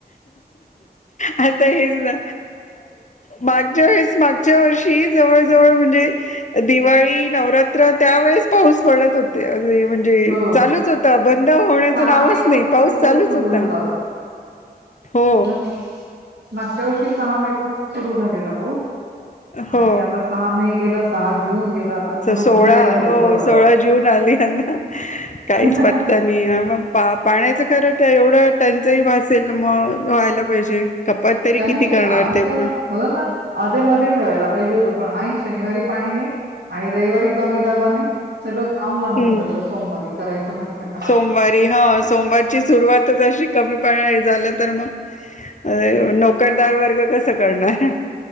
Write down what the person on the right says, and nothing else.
हो
सहा
मे
पासून
सुरू
झाला
हा मागच्या वर्षी सहा मे पासून सुरू झालेला पाऊस
आणि आता सहा मे. गेला सहा जून गेला आता सहा
जुलै राहिलं
थोडं
वेळ
त्यांनी
असं
हो ना आधे मध ठेवायला पाहिजे होत, पण आ शनिवारी पाणी नाही आणि रविवारी कमी दाबाने सगळं काम लांबून
जातं सोमवारी करायचं म्हटलं का